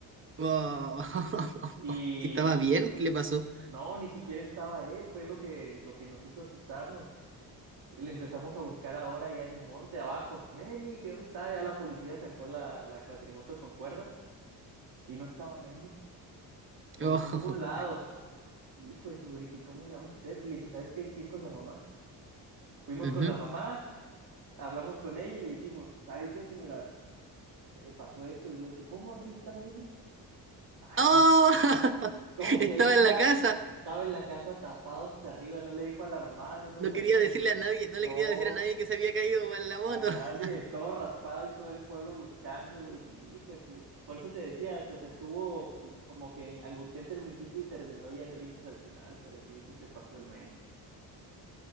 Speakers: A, on the right (about 30°); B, on the right (about 65°).
A: Oh,
B: Y
A: <laughs> ¿Estaba
B: pues
A: bien? ¿Qué le pasó?
B: no, ni siquiera estaba él, fue lo que, lo que nos hizo asustarnos. Y le empezamos a buscar ahora ya en el monte abajo. Meni, ¿qué dónde está? Ya la policía sacó la, la cuatrimoto con cuerdas y no estaba Manny por
A: Oh,
B: ningún lado. Hijo de su, dije, ¿cómo le vamos a hacer? Le dije, ¿sabes qué? Hay que ir con la mamá. Fuimos
A: <laughs> ujú.
B: con la mamá, hablamos con ella y le dijimos, ¿sabe qué, señora? Eh, pasó esto y lo dice, ¿cómo aquí está Manny? Ah,
A: ¡Oh!
B: ¿cómo,
A: <laughs>
B: cómo que
A: Estaba
B: ahí está?
A: en la casa.
B: Estaba en la casa tapado hasta arriba, no le dijo a la mamá, no nos
A: No
B: avisó.
A: quería decirle
B: No,
A: a nadie, no
B: no.
A: le quería decir a nadie que se había caído en la moto.
B: A nadie,
A: <laughs>
B: todo raspado y todo el pueblo buscándolo. Dije, hijo de su. Por eso te decía, entonces estuvo pe- como que angustiante al principio y terminó ya en risas al final, pero sí, sí se pasó el Meni.